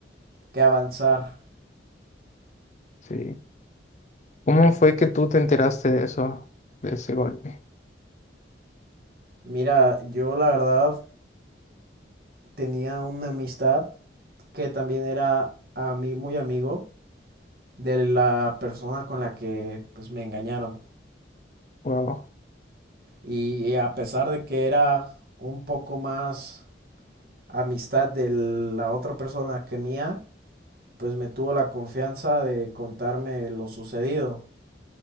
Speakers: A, on the right (about 55°); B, on the left (about 40°).
A: que avanzar.
B: sí. ¿Cómo fue que tú te enteraste de eso, de ese golpe?
A: Mira, yo la verdad tenía una amistad que también era a mí muy amigo de la persona con la que pues me engañaron.
B: Wow,
A: Y a pesar de que era un poco más amistad de la otra persona que mía, pues me tuvo la confianza de contarme lo sucedido.